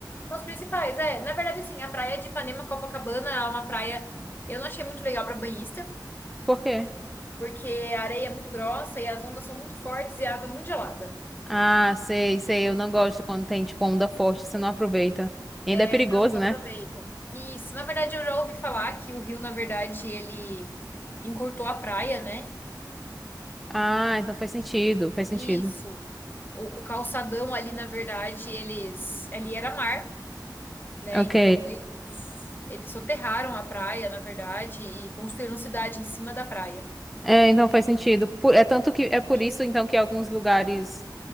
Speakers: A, on the left; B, in the centre.
A: São Os principais, é. Na verdade, assim, a praia de Ipanema, Copacabana, ela é uma praia. Eu não achei muito legal para banhista,
B: Por quê?
A: porque a areia é muito grossa e as ondas são muito fortes e a água é muito gelada.
B: Ah, sei, sei. Eu não gosto quando tem, tipo, onda forte. Você não aproveita. E
A: É,
B: ainda é perigoso,
A: não, não
B: né?
A: aproveita. Isso. Na verdade, eu já ouvi falar que o rio, na verdade, ele encurtou a praia, né?
B: Ah, então faz sentido. Faz sentido.
A: Isso. O, o calçadão ali, na verdade, eles. Ali era mar, né?
B: Ok.
A: Então eles, eles soterraram a praia, na verdade, e construíram cidade em cima da praia.
B: É, então faz sentido. Por- é tanto que é por
A: Isso.
B: isso, então, que alguns lugares.